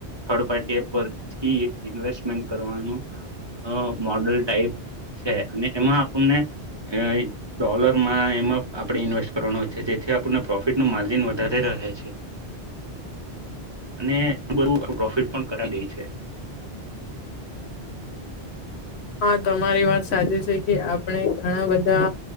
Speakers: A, on the right; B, on the left.
A: થર્ડ પાર્ટી એપ પરથીએક ઇન્વેસ્ટમેન્ટ કરવાનું અ મોડલ ટાઈપ છે અને એમાં આપણને એ ડોલર માં એમાં આપણે ઇન્વેસ્ટ કરવાનો હોય છે. જેથી આપણને પ્રોફિટનું માર્જિન વધારે રહે છે. અને બધું પ્રોફિટ પણ કરાઈ ગઈ છે.
B: હા, તમારી વાત સાચી છે કે આપણે ઘણા બધા